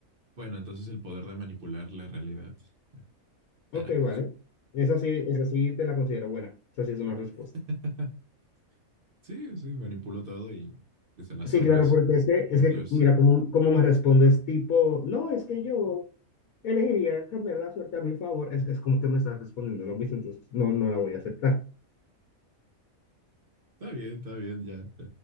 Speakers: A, on the right; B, on the left.
A: Bueno, entonces el poder de manipular la realidad. Ya, Tará.
B: Ok, vale. Esa sí, esa sí te la considero buena. Esa sí es una respuesta.
A: <laughs> Sí, sí, manipuló todo y desde las
B: Sí,
A: sombras,
B: claro, porque es que, es
A: un
B: que
A: dios.
B: mira, cómo, cómo me respondes, tipo, no, es que yo elegiría cambiar la suerte a mi favor, es, es como que me estás respondiendo lo mismo, entonces no, no la voy a aceptar.
A: Está bien, está bien, ya.